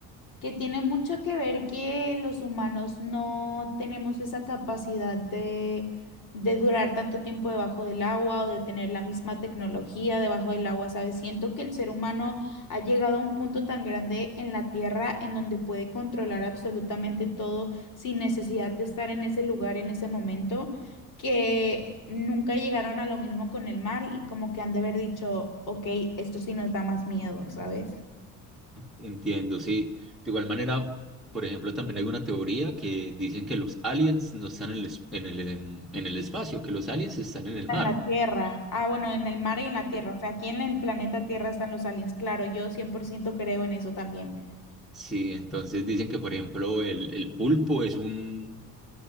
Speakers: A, on the left; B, in the centre.
A: que tiene mucho que ver que los humanos no tenemos esa capacidad de, de durar tanto tiempo debajo del agua o de tener la misma tecnología debajo del agua, ¿sabes? Siento que el ser humano ha llegado a un punto tan grande en la Tierra en donde puede controlar absolutamente todo sin necesidad de estar en ese lugar en ese momento, que nunca llegaron a lo mismo con el mar y como que han de haber dicho, ok, esto sí nos da más miedo, ¿sabes?
B: Entiendo, sí. De igual manera, por ejemplo, también hay una teoría que dicen que los aliens no están en el, es- en el, en, en el espacio, que los aliens están en el mar.
A: En la Tierra. Ah, bueno, en el mar y en la Tierra.
B: Eh,
A: O sea, aquí en el planeta Tierra están los aliens. Claro, yo cien por ciento creo en eso también.
B: Sí, entonces dicen que, por ejemplo, el, el pulpo es un,